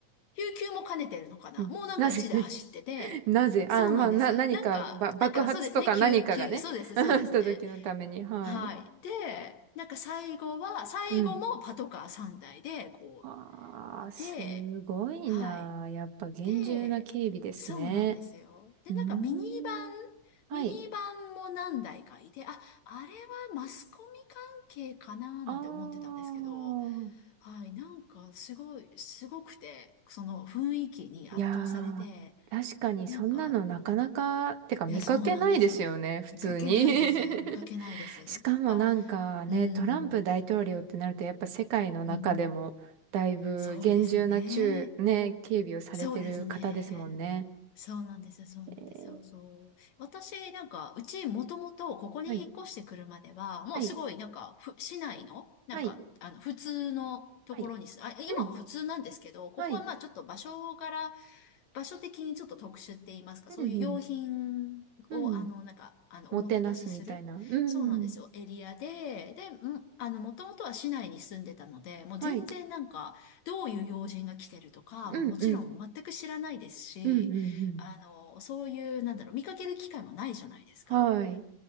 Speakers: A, on the left (about 65°); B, on the right (about 75°).
A: 救急も兼ねてるのかなもうなんか1台走ってて、
B: うん。なぜ <laughs> なぜあ、
A: そうなんです。
B: まあ、な、何か、
A: なんか、
B: ば、爆発とか何かがね、
A: なんかそうですね、救急、そうです、
B: <laughs> あった時のために。
A: そうですね。
B: はい。
A: はい。で、なんか最後は、最後もパトカー3台で、
B: うん。
A: こ
B: わあ、
A: う、いて、
B: すごいな。
A: はい。
B: やっぱ厳重な警備ですね。
A: で、そうなんですよ。で、
B: うーん。
A: なんかミニバン、
B: はい。
A: ミニバンも何台かいて、あ、あれはマスコミ関係かななんて思ってたんですけど、
B: ああ。
A: はい、なんかすごい、すごくて、その雰囲気に圧倒されて、
B: いやー、確かにそんなのなかなか、
A: なんか、
B: てか見かけないですよね、
A: え、そうなんですよ。
B: 普通に。
A: 見かけないです。
B: <laughs>
A: 見かけないです。
B: しかもなんかね、
A: なんか、うーん、
B: トランプ大統領ってなるとやっぱ世界の中でもだいぶ厳重な中、
A: うん、うん、そうですね。
B: ね、警備をされてる方ですもんね。
A: そうですね。そうなんですよ、そうなんですよ、
B: えー
A: そう。私、なんか、うち、もともと、ここに引っ越してくるまでは、
B: はい。
A: もうすごい、
B: はい。
A: なんか、ふ、市内の、なんか、
B: はい。
A: あの、普通のところにす、
B: はい。
A: あ、今も普通なんですけど、
B: うん。
A: ここはまあ、
B: はい。
A: ちょっと場所から、場所的にちょっと特殊って言いますか、そういう用品を、
B: うんうんうん。
A: あの、なんか、あの、
B: もてなすみたいな。
A: おもてなしする、
B: うん。
A: そうなんですよ、エリアで、で、うん、あの、もともとは市内に住んでたので、もう全然なんか、
B: はい。
A: どういう要人が来てるとか、
B: うんうん。
A: もうもちろん全く知らないですし、
B: うんうん
A: あの、そういう、なんだろう、見かける機会もないじゃないですか。
B: うん。はい。